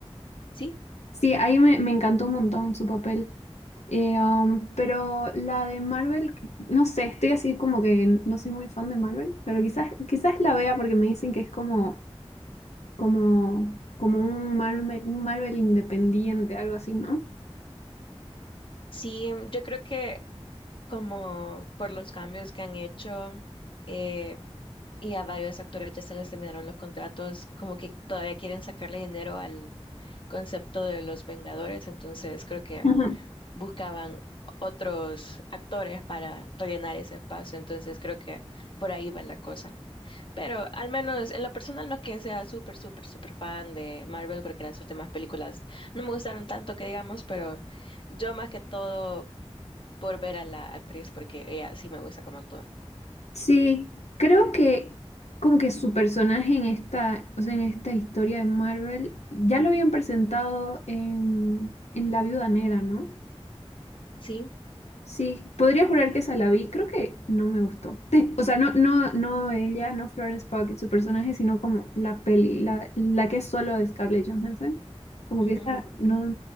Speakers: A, on the left (about 50°); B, on the left (about 85°).
A: sí.
B: Sí, ahí me, me encantó un montón su papel. Eh, um, pero la de Marvel, que- no sé, estoy así como que no soy muy fan de Marvel, pero quizás, quizás la vea porque me dicen que es como como, como un Marvel, un Marvel independiente, algo así, ¿no?
A: Sí, em, yo creo que como por los cambios que han hecho eh, y a varios actores ya se les terminaron los contratos, como que todavía quieren sacarle dinero al concepto de los Vengadores, entonces creo que
B: Ujú.
A: buscaban otros actores para rellenar ese espacio, entonces creo que por ahí va la cosa. Pero al menos en lo personal no es que sea súper, súper, súper fan de Marvel porque las últimas películas no me gustaron tanto que digamos, pero yo más que todo por ver a la actriz porque ella sí me gusta cómo actúa.
B: Sí, creo que como que su personaje en esta, o sea, en esta historia de Marvel ya lo habían presentado en, en La Viuda Negra, ¿no?
A: Sí,
B: Sí, podría jurar que esa la vi, creo que no me gustó. <laughs> O sea, no, no, no ella, no Florence Pugh y su personaje, sino como la peli, la, la que es solo de Scarlett Johansson. Como
A: ujú.
B: que esa no,